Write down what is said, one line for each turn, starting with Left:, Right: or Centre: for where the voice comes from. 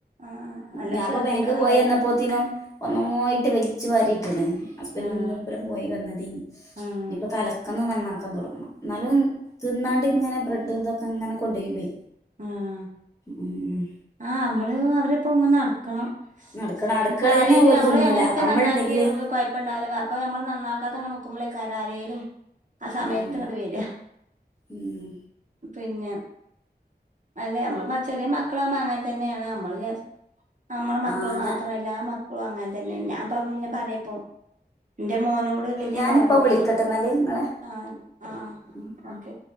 Right: ആഹ് നല്ലോം
Left: ഞാൻപ്പോ
Right: ശ്രദ്ധിക്കണല്ലേ
Left: ബാങ്ക് പോയി എന്നപ്പോത്തിനോ ഒന്നായി ട്ട് വലിച്ചു വാരിട്ട്ണ് ഹസ്ബന്റിനൊപ്പരം
Right: ആഹ്
Left: പോയി വന്നതേനി
Right: ആഹ്
Left: ഇനിപ്പോ തല ക്കന്ന് നന്നാക്കാൻ തുടക്കണം എന്നാലും തിന്നാണ്ട് ഇങ്ങനെ ബ്രെഡ് ഇതൊക്കെ ഇങ്ങനെ കൊണ്ടോയി ഇടുവേ
Right: ആഹ്
Left: ഏഹ്
Right: ആഹ് നമ്മള് അവരെപ്പൊ ഇങ്ങനെ നട ക്കണം
Left: നടക്കണം അടുക്കളേന്ന്
Right: ഇനീപ്പൊ ആരെലും
Left: ഓല്
Right: നമ്മള്
Left: തിന്നൂല
Right: അങ്ങനെയൊക്കെ
Left: അമ്മളുണ്ടെങ്കില്
Right: നന്നാക്കി കുഴപ്പ പ്പ ഉണ്ടാവൂല. അപ്പോൾ നമ്മൾ നന്നാക്കാതെ അങ്ങ് നിക്കുമ്പോളേകാരം ആരേലും ആ സമയത്ത്
Left: ഉം
Right: ഇങ്ങട് വരിക
Left: ഉം
Right: പിന്നെ അല്ല നമ്മൾ ചെറിയ മക്കളാകുമ്പോ അങ്ങനെ തന്നെയാണ്. നമ്മള് വിചാരിച്ച് നമ്മളെ മക്കള്
Left: ആ
Right: മാത്രല്ല
Left: ഞാ
Right: എല്ലാ ക്കളും അങ്ങനെ തന്നെആണ്. ഞാൻ ഇപ്പോത് പിന്നെ പറയപ്പോ എന്റെ മോനോട് വലിയ
Left: ഞാനിപ്പ
Right: മോനും
Left: വിളിക്കട്ടെന്നാല്
Right: മം
Left: നിങ്ങളെ
Right: ആ ആ
Left: ഉം ഉം
Right: ഓക്കെ